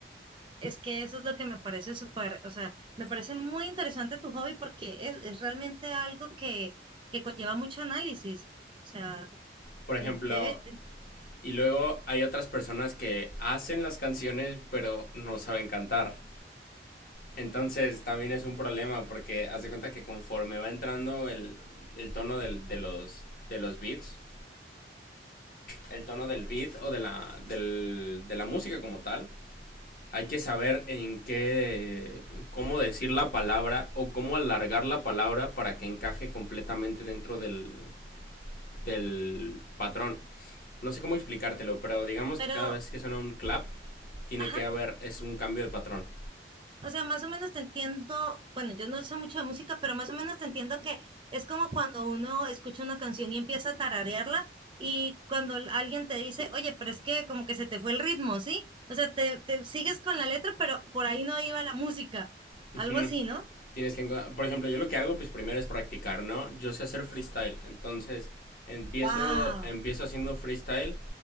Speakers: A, on the right; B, on the left.
A: Es que eso es lo que me parece súper, o sea, me parece muy interesante tu hobby porque es, es realmente algo que, que conlleva mucho análisis. O sea,
B: Por ejemplo,
A: y debe, de-
B: y luego hay otras personas que hacen las canciones, pero no saben cantar. Entonces, también es un problema porque haz de cuenta que conforme va entrando el, el tono del- de, los, de los beats, el tono del beat o de la, del- de la música como tal. Hay que saber en qué, cómo decir la palabra o cómo alargar la palabra para que encaje completamente dentro del, del patrón. No sé cómo explicártelo, pero digamos
A: pero,
B: que cada vez que suena un clap, tiene
A: ajá,
B: que haber, es un cambio de patrón.
A: o sea, más o menos te entiendo, bueno, yo no sé mucho de música, pero más o menos te entiendo que es como cuando uno escucha una canción y empieza a tararearla y cuando l- alguien te dice, oye, pero es que como que se te fue el ritmo, ¿sí? O sea, te, te sigues con la letra, pero por ahí no iba la música,
B: Mm,
A: algo así, ¿no?
B: Tienes que, por ejemplo, yo lo que hago, pues primero es practicar, ¿no? Yo sé hacer freestyle, entonces empiezo,
A: ¡Wow!
B: empiezo haciendo freestyle